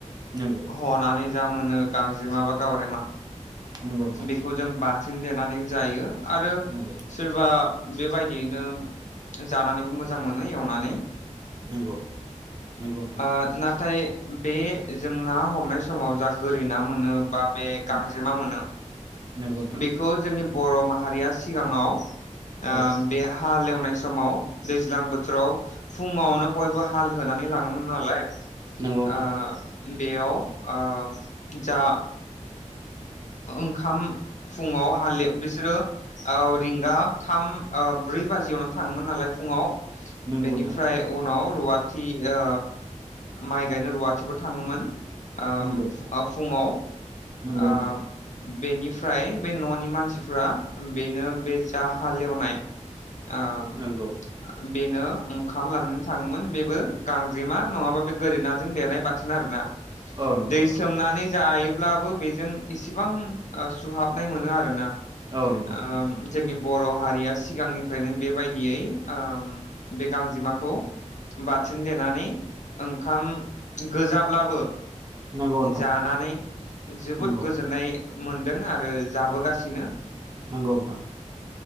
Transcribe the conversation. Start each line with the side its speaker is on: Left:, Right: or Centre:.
Right: नंगौ
Left: हनानै जा मोनो गांजेमा बा गावरेमा
Right: नंगौ नोंथां
Left: बेखौ जों देनानैबो जायो आरो
Right: नंगौ
Left: सोरबा बेबायदियैनो जानानैबो मोजां मोनो एवनानै।
Right: नंगौ नंगौ नोंथां
Left: आ नाथाय बे जों ना हमनाय समाव जा गोरै ना मोनो बा बे
Right: उम
Left: गांजेमा मोनो
Right: नंगौ नोंथां
Left: बेखौ जोंनि बर' माहारिया सिगाङाव ओ
Right: औ
Left: बे हालेवनाय समा समाव दैज्लां बोथोराव फुङावनो बयबो हाल होनानै लाङोमोन नालाय।
Right: नंगौ नोंथां
Left: ओ बेयाव आ जा ओंखाम फुङाव हा बिसोरो ओ रिंगा थाम ओ ब्रै बाजियावनो थाङोमोन नालाय फुङाव
Right: नंगौ
Left: बेनिफ्राय
Right: नोंथां
Left: उनाव रुवा थि ओ माइ गायनो रुवाथिफोर थाङोमोन। ओ
Right: नंगौ
Left: फु-फुङाव
Right: नंगौ
Left: ओ
Right: नोंथां
Left: बेनिफ्राय बे न'नि मानसिफ्रा बेनो बे जा हालेवनाय ओ
Right: नंगौ
Left: बेनो ओंखाम लानानै थाङोमोन बेबो गांजेमा नङाबा बे गोरि नाजों देरनाय बाथोन आरोना।
Right: औ नंगौ
Left: दै
Right: नोंथां
Left: सोमनानै जायो। ब्लाबो बेजों एसे गोबां ओ सुहाबनाय मोनो आरो ना। आ
Right: औ नंगौ नोंथां।
Left: जोंनि बर' हारिया सिगांनिफ्रायनो बेबायदियै ओ बे गांजेमाखौ बाथिन देनानै ओंखाम गोजाब्लाबो
Right: नंगौ नोंथां
Left: जानानै जोबोद
Right: नंगौ
Left: गो नाय मोनदों आरो जाबोगासिनो।
Right: नंगौ नोंथां